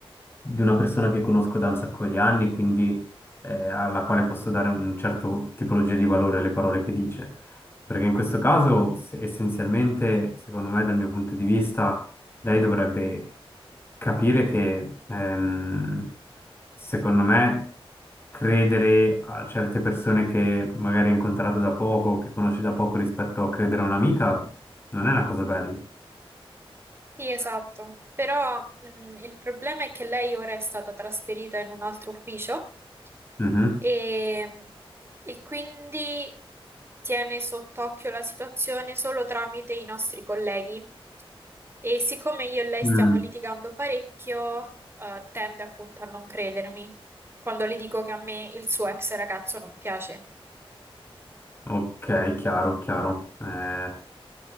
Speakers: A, on the left; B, on the right.
A: di una persona che conosco da un sacco di anni, quindi eh, alla quale posso dare un certo tipologia di valore alle parole che dice? Perché in questo caso, se- essenzialmente, secondo me, dal mio punto di vista lei dovrebbe capire che, ehm, secondo me, credere a certe persone che magari hai incontrato da poco, che conosci da poco rispetto a credere a un'amica, non è una cosa bella.
B: Sì, esatto. Però, mh, il problema è che lei ora è stata trasferita in un altro ufficio
A: Mhm.
B: e, e quindi tiene sott'occhio la situazione solo tramite i nostri colleghi. E siccome io e lei
A: Mm.
B: stiamo litigando parecchio, eh, tende appunto a non credermi quando le dico che a me il suo ex ragazzo non piace.
A: Ok, chiaro, chiaro. Eh,